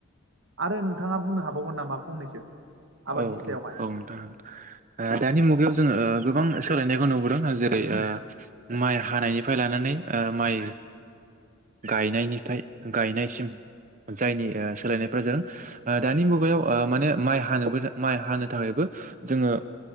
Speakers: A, on the right; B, on the right.
A: आरो नोंथाङा बुंनो हाबावगोन नामा फंनैसो आबादनि
B: औ
A: सायावहाय
B: औ नोंथां ओ दानि मुगायाव जोङो गोबां सोलायनायखौ नुबोदों जेरै ओ माइ हानायनिफ्राय लानानै ओ माइ गायनायनिफ्राय गायनायसिम जायनि ओ सोलायनायफ्रा जों ओ दानि मुगायाव ओ माने माइ हानोबो माइ हानो थाखायबो जोङो